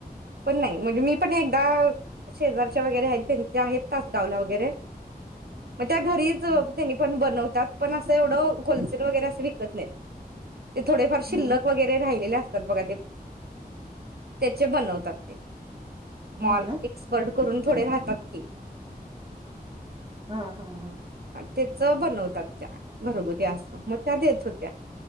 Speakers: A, on the right; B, on the right.
A: पण नाही. म्हणजे मी पण एकदाआ शेजारच्या वगैरे आहेत, त्यांचे आहेत तासगावला वगैरे. मग त्या घरीच
B: हा,
A: त्यांनी पण बनव त्यात पण असं एवढं होलसेल वगैरे असे विकत नाहीत. ते थोडेफार शिल्लक
B: हो ना
A: वगैर राहिलेले अस <unintelligible> बघा ते त्याचे बनवतात ते.
B: हो
A: मॉल
B: ना
A: एसपर्ड करून थोडे राहतात कि.
B: हा हा हा.
A: तेच बनवतात त्या घरगुती असं मग त्या देत होत्या.